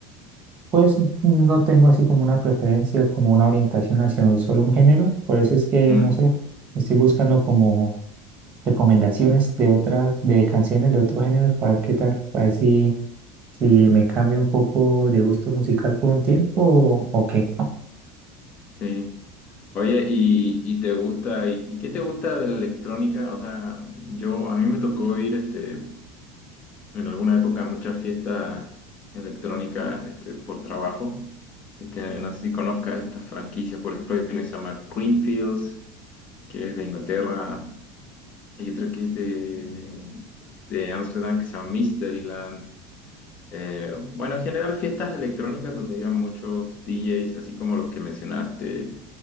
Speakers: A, on the right; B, on the left.
A: Pues no tengo así como una preferencia o como una orientación hacia un- solo un género, por eso es que,
B: Mm,
A: no sé, estoy buscando como recomendaciones de otras, de canciones de otros géneros para ver qué tal, para ver si, si me cambio un poco de gusto musical por un tiempo o, o qué.
B: sí. Oye, ¿y, y te gusta, y, y qué te gusta de la electrónica? O sea, yo, a mí me tocó ir, este, en alguna época a muchas fiestas electrónicas, este, por trabajo. Este, no sé si conozcas estas franquicias, por ejemplo, hay una que se llama Creamfields, que es de Inglaterra, hay otra que es de, de Ámsterdam que se llama Mysteryland. Eh, bueno, en general fiestas electrónicas donde iban muchos DJs, así como los que mencionaste,